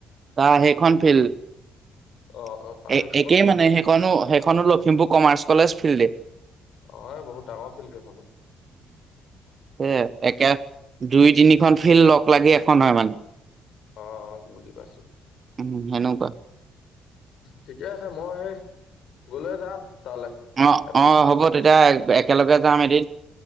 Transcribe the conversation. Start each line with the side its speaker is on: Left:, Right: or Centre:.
Right: তাৰ সেইখন ফিল্ড
Left: অ অ তাৰে সেইখন
Right: একেই
Left: বহুত
Right: মানে সেইখনো সেইখন খনো লখিমপুৰ কমাৰ্চ কলেজ ফিল্ডত <unintelligible>
Left: অ এই বহুত ডাঙৰ ফিল কেইখনো
Right: এ একে দুই তিনিখন ফিল্ড লগ লাগি এখন হয় মানে
Left: অ বুজি পাইছো
Right: উম সেনেকুৱা
Left: ঠিকে আছে মই সেই গলে যাম তালৈ
Right: অ
Left: এপাক
Right: অ হ'ব তেতিয়া একেলগে যাম এদিন